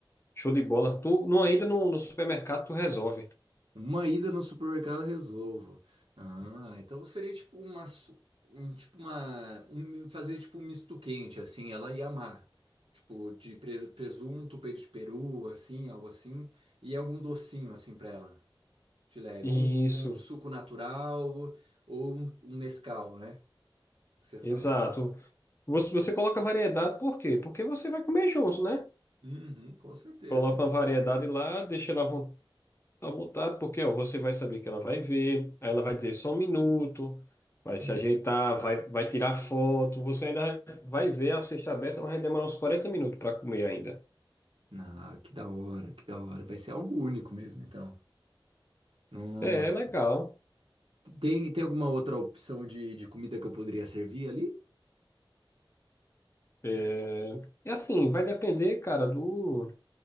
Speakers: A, on the left; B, on the right.
A: show de bola. Tu, não, ainda no, no supermercado tu resolve.
B: Uma ida no supermercado eu resolvo. Ah, então seria tipo uma, su- um, tipo uma, um- fazer tipo um misto quente assim, ela ia amar. Tipo de pre- presunto, peito de peru, assim, algo assim, e algum docinho assim pra ela, de leve,
A: Isso,
B: ou um, um suco natural ou um, um Nescau, né? Que você fala.
A: exato. Você, você coloca variedade, por quê? Porque você vai comer junto, né?
B: Uhum, com certeza.
A: Coloca uma variedade lá, deixa ela à vontade, porque ó, você vai saber que ela vai ver, aí ela vai dizer só um minuto, vai
B: Hum.
A: se ajeitar, vai, vai tirar foto, você ainda vai ver a cesta aberta, mas vai demorar uns quarenta minutos para comer ainda.
B: Ah, que da hora, que da hora. Vai ser algo único mesmo, então. Nossa.
A: É, é legal.
B: Tem, tem alguma outra opção de, de comida que eu poderia servir ali?
A: É, e assim, vai depender, cara, do,